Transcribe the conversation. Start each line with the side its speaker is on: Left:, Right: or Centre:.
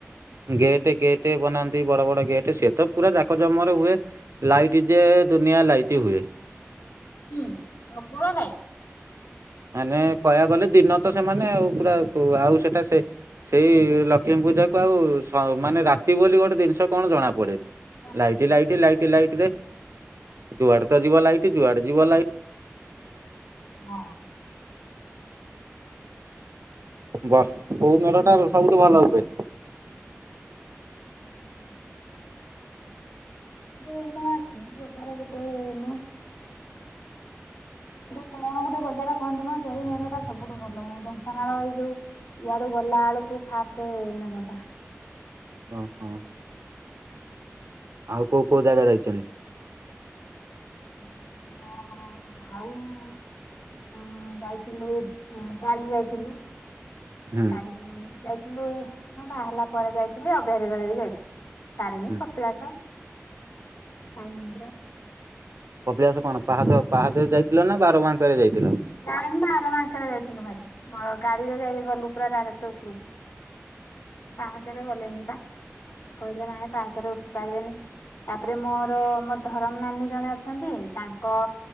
Right: ଗେଟେ ଗେଟେ ବନାନ୍ତି ବଡ଼ ବଡ଼ ଗେଟେ ସିଏ ତ ପୁରା ଯାକଜମର ହୁଏ। ଲାଇଟି ଯେ ଦୁନିଆ ଲାଇଟି ହୁଏ।
Left: ହୁଁ ପ୍ରବଳ ଲାଇଟି।
Right: ମାନେ କହିବାକୁ ଗଲେ ଦିନ ତ ସେମାନେ ଆଉ ପୁରା କୁ ଆଉ ସେଟା ସେ ସେଇ ଲକ୍ଷ୍ମୀ ପୂଜା କୁ ଆଉ ସ ମାନେ ରାତି ବୋଲି ଗୋଟେ ଜିନିଷ କଣ ଜଣା ପଡ଼େ।
Left: ଜଣା
Right: ଲାଇଟି
Left: ପଡୁନି।
Right: ଲାଇଟି ଲାଇଟି ଲାଇଟିରେ ଯୁଆଡ଼େ ତ ଯିବ ଲାଇଟି ଯୁଆଡ଼େ ଯିବ ଲାଇ
Left: ହଁ।
Right: ବସ କୋଉ ମେଢଟା ସବୁଠୁ ଭଲ ହୁଏ?
Left: <unintelligible> ବଜାର ପଟେ ମୁଁ ଏଇଟା କଣ ଗୋଟେ ବଜାର କହନ୍ତି ମ ସେଇ ମେଢ଼ଟା ସବୁଠୁ ଭଲହୁଏ। ଢେଙ୍କାନାଳ ର ଏଇ ଯୋଉ ଇଆଡୁ ଗଲା ବେଳକୁ ଫାଷ୍ଟ ମେଢ଼ଟା।
Right: ହଁ, ହଁ। ଆଉ କୋଉ କୋଉ ଜାଗା ଯାଇଛନ୍ତି?
Left: ହଁ, ହଁ ଆଉ। ହଁ ଯାଇଥିଲୁ କାଲି ଯାଇଥିଲୁ।
Right: ହୁଁ
Left: ତାରିଣୀ ଯାଇଥିଲୁ, ଏଇ ହଁ ବାହାହେଲା ପରେ ଯାଇଥିଲି, ଅଭିୟାରୀ ବେଳ ବି ଯାଇଥିଲି। ତାରଣି,
Right: ହୁଁ।
Left: କପିଳାସ, ସାଇ ମନ୍ଦିର।
Right: କପିଳାସ କଣ ପାହାଚ ପାହାଚରେ ଯାଇଥିଲ ନା ବାରବାଙ୍କରେ ଯାଇଥିଲ?
Left: ନାଇଁ ଆରବାଙ୍କରେ ଯାଇଥିଲୁ ଭାରି, ଗାଡିରେ ଯାଇକି ଗଲୁ ପୁରା ଡାଇରେକ୍ଟ ଉପରକୁ। ପାହାଞ୍ଚରେ ଗଲେନି ବା କହିଲେ ନାଇଁ ପାହାଚରେ ଉଠି ପାରିବେନି। ତାପରେ ମୋର ମୋ ଧରମ ନାନୀ ଜଣେ ଅଛନ୍ତି, ତାଙ୍କ